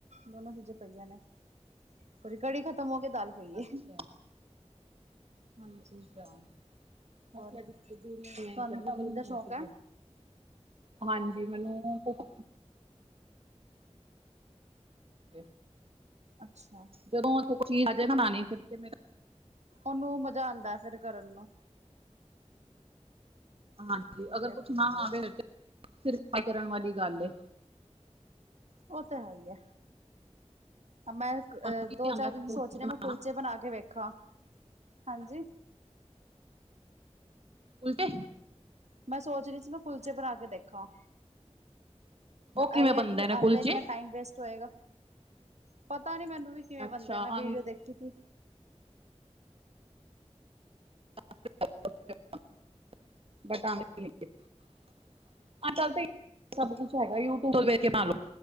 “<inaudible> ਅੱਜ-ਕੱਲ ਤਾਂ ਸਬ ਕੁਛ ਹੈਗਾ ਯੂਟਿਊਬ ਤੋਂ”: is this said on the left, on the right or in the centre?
Right